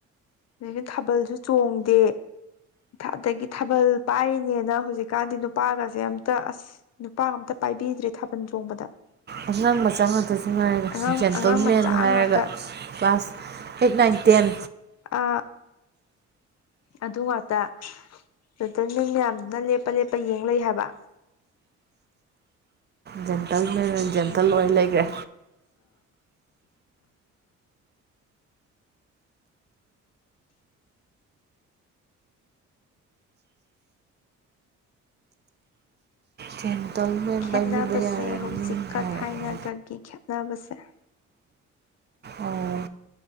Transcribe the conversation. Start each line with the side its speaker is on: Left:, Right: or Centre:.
Left: ꯑꯩꯅ ꯊꯥꯕꯜꯁꯨ ꯆꯣꯡꯗꯦ ꯑꯗꯒꯤ ꯊꯥꯕꯜ ꯄꯥꯏꯔꯤꯅꯦꯅ ꯍꯧꯖꯤꯛ ꯍꯧꯖꯤ ꯀꯥꯟꯗꯤ ꯅꯨꯄꯥꯒꯁꯦ ꯑꯝꯇ ꯑꯁ ꯅꯨꯄꯥꯒ ꯑꯝꯇ ꯄꯥꯏꯕꯤꯗ꯭ꯔꯦ ꯊꯥꯕꯜ ꯆꯣꯡꯕꯗ
Right: ꯑꯉꯥꯡ ꯃꯆꯥ ꯉꯥꯛꯇ ꯁ ꯍꯥꯏꯔꯒ
Left: ꯑꯉꯥꯡ
Right: ꯖꯦꯟꯇꯜꯃꯦꯟ
Left: ꯑꯉꯥꯡ ꯃꯆꯥ
Right: ꯍꯥꯏꯔꯒ
Left: ꯉꯥꯛꯇ
Right: ꯀ꯭ꯂꯥꯁ ꯑꯩꯠ ꯅꯥꯏꯟ ꯇꯦꯟ ꯑꯦꯦꯝ
Left: ꯑ ꯑꯗꯨ ꯉꯥꯛꯇ ꯔꯇ ꯌꯥꯝꯅ ꯂꯦꯞ ꯂꯄ ꯂꯦꯞꯄ ꯌꯦꯡꯂꯩ ꯍꯥꯏꯕ
Right: ꯖꯦꯟꯇꯜ ꯖꯦꯟꯇꯜ ꯂꯣꯏ ꯂꯩꯈ꯭ꯔꯦ ꯖꯦꯟꯇꯜꯃꯦꯟ
Left: ꯈꯦꯅꯕꯁꯦ
Right: ꯄꯥꯏꯕꯤꯕ ꯌꯥꯔꯅꯤ
Left: ꯍꯧꯖꯤꯛꯀ
Right: ꯍꯥꯏꯔꯛꯑꯦ
Left: ꯊꯥꯏꯅꯒꯒꯤ ꯈꯦꯠꯅꯕꯁꯦ
Right: ꯑꯣ